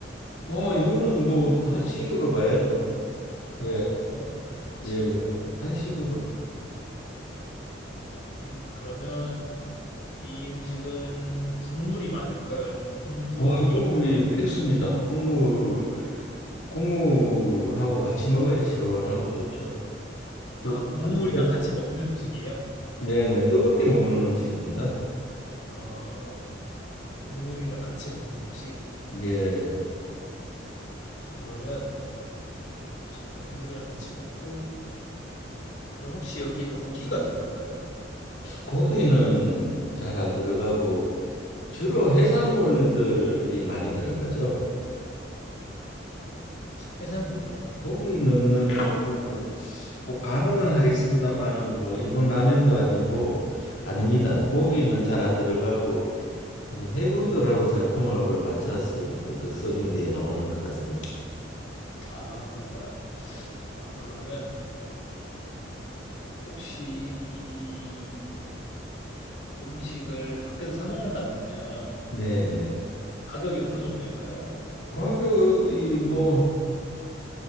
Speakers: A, on the left; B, on the left.
A: 어, 이거는 뭐 한식으로 봐야죠. 예,
B: 어, 한식.
A: 예, 예. 한식으로.
B: 음, 그러면 이 음식은 국물이 많을까요? 아니면 국물이
A: 어, 국물이
B: 없는 음식일까요?
A: 필수입니다. 국물, 국물하고 같이 먹어야 시원하고 좋죠. 또
B: 아, 국물이랑
A: 아니, 또
B: 같이 먹는 음식이에요?
A: 네네, 뜨겁게 먹는 음식입니다.
B: 아, 국물이랑 같이 먹는 음식.
A: 예,
B: 그러면 국물이랑 같이 먹고, 그럼 혹시 여기에 고기가 들어갈까요?
A: 고기는 잘 안 들어가고 주로 해산물들이 많이 들어가죠.
B: 해산물이 많이.
A: 고기 넣는 이거는 뭐 가능은 하겠습니다만은 뭐 일본 라면도 아니고 아닙니다. 고기는 잘 안 들어가고 그 해군들하고 잘 궁합을 맞춰서 그 그 서빙대에 나오는 것 같습니다.
B: 아, 그런가요? 아, 그러면 혹시 이 음식을 밖에서 사 먹는다 그러면
A: 네네.
B: 가격이 어느 정도일까요?
A: 가격이 뭐